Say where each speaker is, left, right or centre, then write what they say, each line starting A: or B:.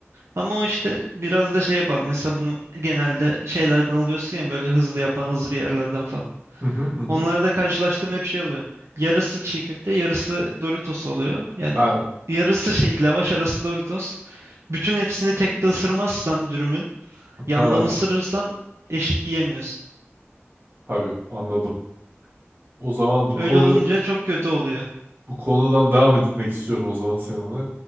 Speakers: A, on the right; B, on the right.
A: Ama o işte biraz da şeye bağlı. Mesela bunu genelde şeylerden alıyorsun ya böyle hızlı yapan hazır yerlerden falan.
B: Hı hı hı. hı.
A: Onlarda karşılaştığım hep şey oluyor. Yarısı çiğ köfte, yarısı Doritos oluyor. Yani
B: Ha.
A: yarısı şey lavaş arası Doritos. Bütün hepsini tek de ısırmazsan dürümün yandan
B: Ha.
A: ısırırsan eşit yiyemiyorsun.
B: Tabii anladım. O zaman bu
A: Öyle
B: konu
A: olunca çok kötü oluyor.
B: bu konudan devam etmek istiyorum o zaman seninle.